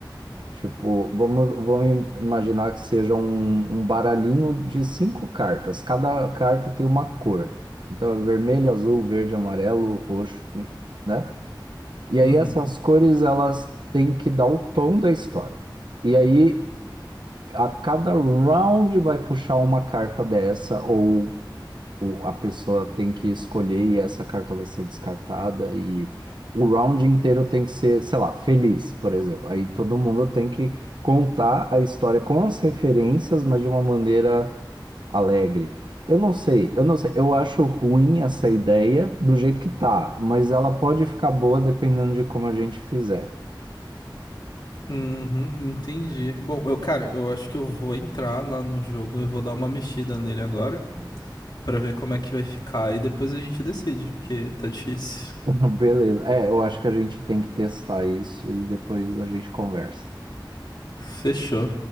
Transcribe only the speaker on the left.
Uhum.
Uhum, entendi. Bom, eu, cara, eu acho que eu vou entrar lá no jogo, eu vou dar uma mexida nele agora pra ver como é que vai ficar e depois a gente decide, porque tá difícil.
Fechou.